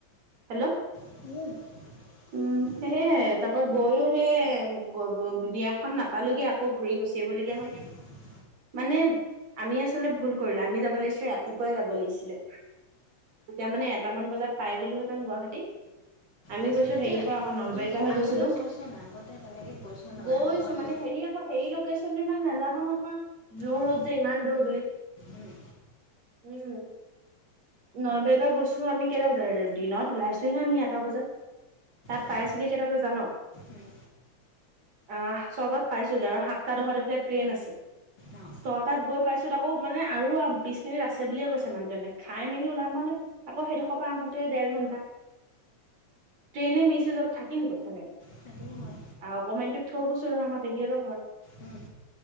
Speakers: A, on the right; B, on the left.
A: হেল্ল'।
B: <unintelligible> <inaudible>
A: উম সেয়ে তাৰপা গৈয়ো সেই বিয়াখন নাপালোয়ে আকৌ ঘূৰি গুচি আহিবলগীয়া হ'ল।
B: <inaudible>
A: মানে আমি আচলতে ভুল কৰিলো, আমি যাব লাগিছিলে ৰাতিপুৱাই যাব লাগিছিলে। তেতিয়া মানে এটা মান বজাত পাই গলোহেতেন গুৱাহাটী আমি
B: আচলতে
A: গৈছো হেৰিৰ পৰা, আকৌ নলবাৰীৰ
B: তহঁতি
A: পৰাহে
B: আগতে
A: গৈছিলো,
B: গৈছ নাই আগতে তেনেকে গৈছ নাই মানে
A: গৈছো
B: সময়টো
A: মানে, হেৰি আকৌ সেই লোকেশচনটো ইমান নাজানো নহয় জুৰোড
B: উম।
A: যে ইমান দূৰ বুলি।
B: উম,
A: উম। নলবাৰীৰ পৰা গৈছো আমি কেইটা বজাত দিনত ওলাইছোহে আমি এটা বজাত। তাত
B: অ'।
A: পাইছোগে কেইটা বজাত জান?
B: উম,
A: অ' ছবাত পাইছোগে আৰু সাতটা দহত এফালে ট্ৰেইন আছে।
B: অ'
A: ছটাত গৈ পাইছো আকৌ মানে আৰু বিশ মিনিট আছে বুলিয়ে কৈছে মানুহজনে। খাই মেলি ওলাম মানে তাকো সেইডোখৰ পৰা আহোতে দেৰ ঘণ্টা। ট্ৰেইনে মিছ হৈ যাব থাকিম ক'ত তেনেকে?
B: সেইটোও হয়।
A: আ অকণমানি টোক থৈ গৈছো ৰ আমাৰ পেহীহঁতৰ ঘৰত
B: উম,